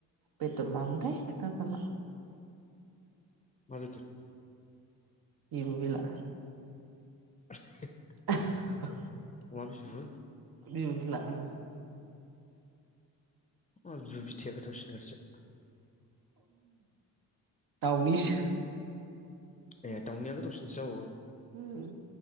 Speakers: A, on the right; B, on the left.
A: बेदर मामोनथाय खिथाजाला
B: मा बेदर
A: एबु बेला
B: <inaudible>
A: <inaudible>
B: अमा बिबु
A: बिबु बेला ओं
B: मा बिबु बिथे थुस <unintelligible> नोसो
A: दावनिसो
B: ए दाउनिया गोथावसिनसो जाबावो
A: उम